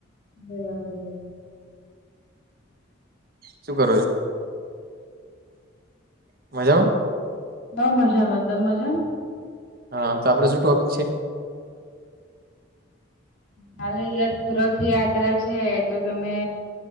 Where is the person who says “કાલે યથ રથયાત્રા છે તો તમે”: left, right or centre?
Left